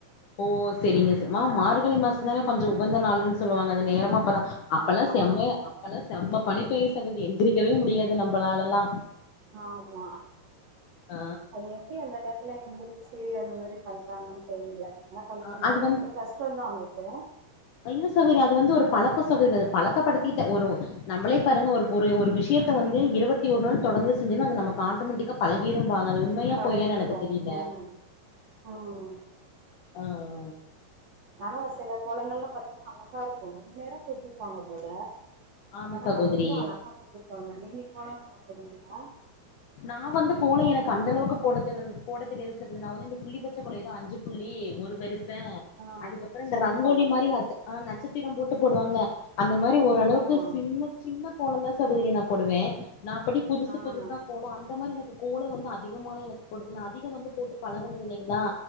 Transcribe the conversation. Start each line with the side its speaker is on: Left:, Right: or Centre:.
Left: ஓ செரிங்க ச மா மார்கழி மாசந்தான கொஞ்ச உகந்த நாள்ன்னு சொல்லுவாங்க அது நேரமா அப்பதா அப்பல்லா
Right: ஆமா
Left: செம்மயா அப்பல்லா செம்ம பனி பெய்யு சகோதரி எந்திரிக்கவே முடியாது நம்பளாலல்லா
Right: ஆமா
Left: ஆ
Right: அது எப்டி அந்த டயத்துல எந்திரிச்சு ட்டு அந்த மாரி பண்றாங்கன்னு தெரியல ஆனா <inaudible> கொஞ்சொ
Left: ஆ அது வந்து
Right: கஷ்டந்தா அவங்களுக்கு
Left: இல்ல சகோதரி அது வந்து ஒரு பழக்கோ சகோதரி அது பழக்கப்படுத்திட்ட ஒரு நம்மளே பாருங்க ஒரு ஒரு ஒரு விஷயத்த வந்து இருவத்தி ஒரு நாள் தொடந்து செஞ்சோன்னா அது நமக்கு ஆட்டோமேட்டிக்கா பழகிரும்பாங்க அது உண்மையா
Right: பழகிரும்
Left: பொய்யான்னு எனக்கு தெரியல
Right: ம் ம்
Left: ஆ
Right: ஆனா சில கோலங்கள்லா பாத்தீங்கன்னா அழகா இருக்கு ரொம்ப நேரோ போட்ருப்பாங்க போல
Left: ஆமா
Right: ஆனா
Left: சகோதரி
Right: ரொம்ப அழகா போட்டுருப்பாங்க நீங்க கோலோ நல்லா போடூவீங்ளா
Left: நா வந்து கோலோ எனக்கு அந்த அளவுக்கு போட தெரியாது போட தெரியாது சகோதரி நா வந்து இந்த புள்ளி வச்ச கோலோ எதோ அஞ்சு புள்ளி ஒரு வரிச
Right: ஆ
Left: அதுக்கப்பற இந்த
Right: சின்ன
Left: ரங்கோலி
Right: கோலம்
Left: மாரி அது ஆஹ் நட்சத்திரம் போட்டு போடுவாங்கள அந்த மாரி ஒரு ஓரளவுக்கு
Right: ஆமா
Left: சின்ன சின்ன கோல தா சகோதரி நா போடுவ நா அப்டி புதுசு
Right: ஆ
Left: புதுசா கோல வந்து அந்த மாரி எனக்கு கோல வந்து அதிகமாலா எனக்கு போட தெரியாது அதிக வந்து போட்டு பழகனது இல்லங்களா